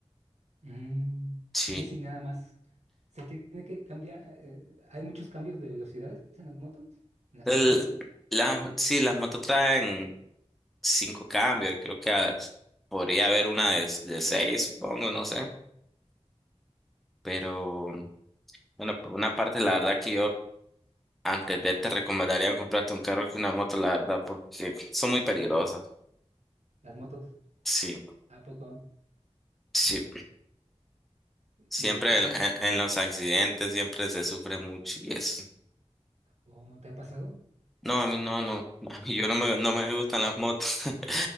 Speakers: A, on the right (about 70°); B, in the centre.
A: Mm,
B: Sí.
A: sí, sí, nada más. Se tiene que cambiar. eh, ¿hay muchos cambios de velocidades en las motos? ¿En las
B: El-
A: otras motos?
B: la- sí, las motos traen cinco cambios. Creo que ah, podría haber una de, de seis, supongo, no sé. Pero bueno, por una parte, la verdad que yo Antes de te recomendaría comprarte un carro que una moto, la verdad, porque son muy peligrosas.
A: Las motos.
B: Sí,
A: ¿A poco
B: sí. Siempre
A: necesitas
B: en, en- en los accidentes siempre se sufre mucho y eso.
A: o te ha pasado?
B: No, a mí no, no. <laughs> A mí yo no me, no me gustan las motos. <laughs>